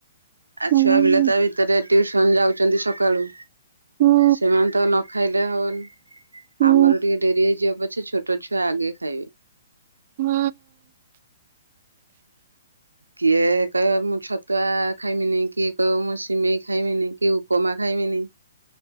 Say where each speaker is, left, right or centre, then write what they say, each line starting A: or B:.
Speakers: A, on the right; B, on the right.
A: ଆ
B: ହୁଁ
A: ଛୁଆ ପିଲା ତା ଭିତରେ ଟ୍ୟୁସନ ଯାଉଛନ୍ତି ସକାଳୁ।
B: ହୁଁ
A: ସେମାନେ ତ ନ ଖାଇଲେ ହଉନି
B: ହୁଁ
A: ଆମର ଟିକେ ଡେରି ହେଇଯିବ ପ ସେ ଛୋଟ ଛୁଆ ଆଗେ ଖାଇବେ।
B: ହୁଁ।
A: କିଏ କହିବ ମୁଁ ଛତୁଆ ଖାଇମିନି କିଏ କହିବ ମୁଁ ସିମେଇ ଖାଇମିନି କିଏ ଉପମା ଖାଇମିନି